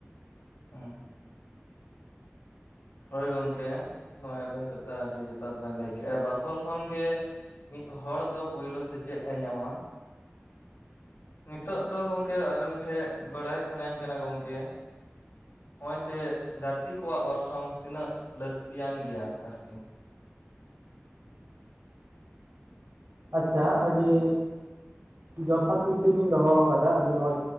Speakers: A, on the left (about 80°); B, on the right (about 80°).
A: ᱦᱩᱸ ᱦᱚᱳᱭ ᱜᱚᱝᱠᱮ ᱱᱚᱜᱼᱚᱭ ᱟᱵᱮᱱ ᱠᱟᱛᱷᱟ ᱟᱹᱰᱤ ᱡᱚᱛᱷᱟᱛ ᱵᱮᱱ ᱞᱟᱹᱭ ᱠᱮᱭᱼᱟ ᱵᱟᱠᱷᱳᱞ ᱠᱷᱚᱱᱜᱮ ᱢᱤᱫ ᱦᱚᱲ ᱫᱚ ᱯᱩᱭᱞᱳ ᱥᱮᱪᱮᱫ ᱮ ᱧᱟᱢᱟ᱾ ᱱᱤᱛᱚᱜ ᱫᱚ ᱜᱚᱝᱠᱮ ᱟᱵᱮᱱ ᱴᱷᱮᱡ ᱵᱟᱲᱟᱭ ᱥᱟᱱᱟᱹᱧ ᱠᱟᱱᱟ ᱜᱚᱝᱠᱮ? ᱱᱚᱜᱼᱚᱭ ᱡᱮ ᱜᱟᱛᱮ ᱠᱚᱣᱟᱜ ᱚᱨᱥᱚᱝ ᱛᱤᱱᱟᱹᱜ ᱞᱟᱹᱠᱛᱤᱭᱟᱱ ᱜᱮᱭᱟ ᱟᱨᱠᱤ?
B: ᱟᱪᱪᱷᱟ ᱟᱹᱰᱤ ᱡᱚᱛᱷᱟᱛ ᱠᱩᱠᱞᱤ ᱵᱤᱱ ᱫᱚᱦᱚ ᱟᱠᱟᱫᱟ ᱟᱹᱰᱤ ᱢᱚᱸᱡᱽ